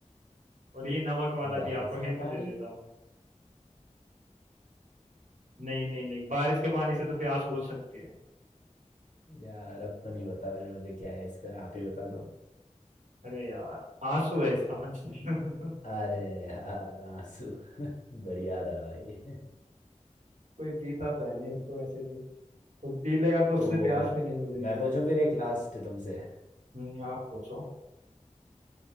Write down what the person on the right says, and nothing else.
और ये नमक वाला भी
आपको हिंट
दे देता हूँ नहीं नहीं नहीं बारिश के पानी से तो प्यास बुझ सकती है
अरे यार आंसू है इसका आंसू <laughs>
कोई पीता तो है नहीं उसको ऐसे भी तो पी लेगा तो उससे
प्यास
भी नहीं बुझेगी
हम्म आप पूछो